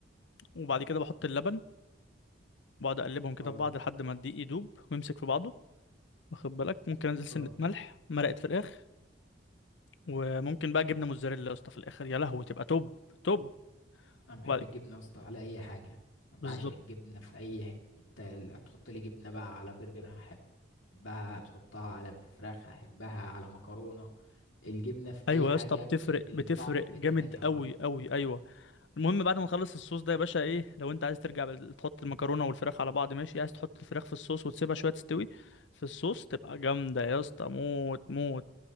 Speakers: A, on the left (about 70°); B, on the left (about 85°).
A: وبعد كده بحط اللبن بقعد اقلبهم كده
B: اه
A: في بعض لحد ما الدقيق يدوب ويمسك في بعضه واخد بالك ممكن انزل سنة
B: اه
A: ملح مرقة فراخ وممكن بقى جبنة موتزاريلا يا اسطى في الاخر يا لهوي تبقى توب توب
B: أنا بحب
A: وبعد-
B: الجبنة يا اسطى على أي حاجة أنا
A: بالظبط
B: بعشق الجبنة في أي حتة هتحط لي جبنة بقى على برجر هحبها هتحطها على فراخ هحبها على مكرونة الجبنة في أي
A: ايوه
B: حاجة
A: يا اسطى بتفرق
B: بتنقل
A: بتفرق
B: الطعم في
A: جامد
B: حتة تانية خالص
A: قوي قوي ايوه المهم بعد ما نخلص الصوص ده يا باشا ايه لو انت عايز ترجع بال- تحط المكرونه والفراخ على بعض ماشي عايز تحط الفراخ في الصوص وتسيبها شويه تستوي في الصوص تبقى جامده يا اسطى موت موت